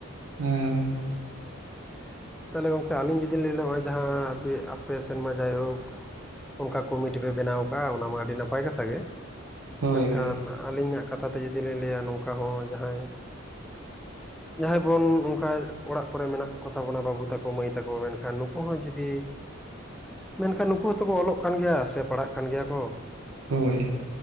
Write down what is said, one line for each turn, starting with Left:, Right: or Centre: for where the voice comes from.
Right: ᱦᱳᱭ᱾
Centre: <inaudible> ᱛᱟᱞᱦᱮ ᱜᱚᱢᱠᱮ ᱟᱹᱞᱤᱧ ᱡᱩᱫᱤᱧ ᱞᱟᱹᱭ ᱞᱮ ᱱᱚᱜ-ᱚᱭ ᱡᱟᱦᱟᱸ ᱟᱯᱮ ᱥᱮᱱ ᱢᱟ ᱡᱟᱭᱦᱳᱠ᱾ ᱚᱱᱠᱟ ᱠᱚᱢᱤᱴᱤ ᱯᱮ ᱵᱮᱱᱟᱣ ᱟᱠᱟ-ᱟ᱾ ᱚᱱᱟ ᱢᱟ ᱟᱹᱰᱤ ᱱᱟᱯᱟᱭ ᱠᱟᱛᱷᱟ ᱜᱮ᱾
Right: ᱦᱳᱭ
Centre: ᱢᱮᱱᱠᱷᱟᱱ
Right: ᱦᱳᱭ
Centre: ᱟᱹᱞᱤᱧᱟᱜ ᱠᱟᱛᱷᱟ ᱛᱮ ᱡᱩᱫᱤ ᱞᱤᱧ ᱞᱟᱹᱭᱟ ᱱᱚᱝᱠᱟ ᱦᱚᱸ ᱡᱟᱦᱟᱸᱭ ᱡᱟᱦᱟᱸᱭ ᱵᱚᱱ ᱚᱱᱠᱟ ᱚᱲᱟᱜ ᱠᱚᱨᱮ ᱢᱮᱱᱟᱜ ᱠᱚᱛᱟ ᱵᱚᱱᱟ ᱵᱟᱹᱵᱩ ᱛᱟᱠᱚ, ᱢᱟᱹᱭ ᱛᱟᱠᱚ, ᱢᱮᱱᱠᱷᱟᱱ ᱱᱩᱠᱩ ᱦᱚᱸ ᱡᱩᱫᱤ ᱢᱮᱱᱠᱷᱟᱱ ᱱᱩᱠᱩ ᱦᱚᱸᱛᱚ ᱠᱚ ᱚᱞᱚᱜ ᱠᱟᱱ ᱜᱮᱭᱟ ᱥᱮ ᱯᱟᱲᱦᱟᱜ ᱠᱟᱱ ᱜᱮᱭᱟ ᱠᱚ᱾
Right: ᱦᱳᱭ᱾